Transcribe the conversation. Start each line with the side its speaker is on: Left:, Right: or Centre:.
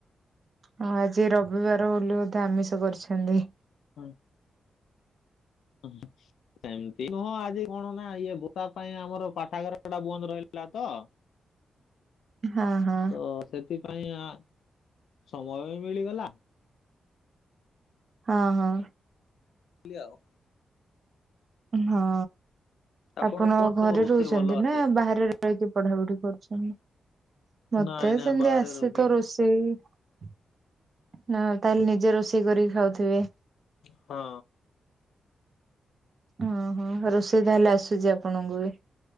Right: ହଁ ଆଜି ରବିବାର ବୋଲି ବଧେ ଆମିଷ କରିଛନ୍ତି।
Left: ହୁଁ। ହଁ। <unintelligible> ସେମିତି ନୁହଁ ଆଜି କଣ ନା ଇଏ ଭୋତା ପାଇଁ ଆମର ପାଠାଗାର ଟା ବନ୍ଦ ରହିଲା ତ
Right: ହଁ ହଁ
Left: ତ ସେଥିପାଇଁ ଆ ସମୟ ବି ମିଳିଗଲା
Right: ଅଁ ହଁ।
Left: ସେମିତି ଆଉ
Right: ହଁ।
Left: ଆପଣଙ୍କୁ
Right: ଆପଣ
Left: କଣ
Right: ଘରେ
Left: ସବୁ ରୋଷେଇ
Right: ରହୁଛନ୍ତି
Left: ଭଲ ଆସେ?
Right: ନା ବାହାରେ ରହିକି ପଢା ପଢି କରୁଛନ୍ତି? ମତେ
Left: ନାଇଁ ନାଇଁ
Right: ସେମିତି
Left: ବାହାରେ
Right: ଆସେ
Left: ରହିକି
Right: ତ ରୋଷେ ଉଁ--ହ। ତାହେଲେ ନିଜେ ରୋଷେଇ କରିକି ଖାଉଥିବେ?
Left: ହଁ।
Right: ଓ ହୋ ରୋଷେଇ ତାହେଲେ ଆସୁଛି ଆପଣଙ୍କୁ ବି